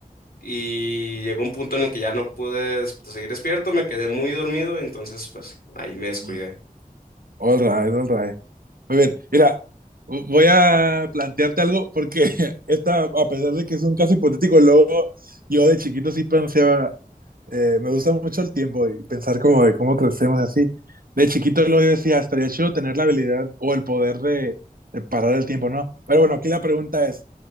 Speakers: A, on the left (about 75°); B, on the right (about 70°).
A: y llegó un punto en el que ya no pude des- seguir despierto, me quedé muy dormido, entonces pues ahí me descuidé.
B: Y, all right, all right. Muy bien, mira, voy a plantearte algo porque <laughs> esta, a pesar de que es un caso hipotético, luego yo de chiquito sí pensaba, eh, me gusta mucho el tiempo y pensar como de cómo crecemos así. De chiquito luego yo decía, estaría chido tener la habilidad o el poder de, de parar el tiempo, ¿no? Pero bueno, aquí la pregunta es,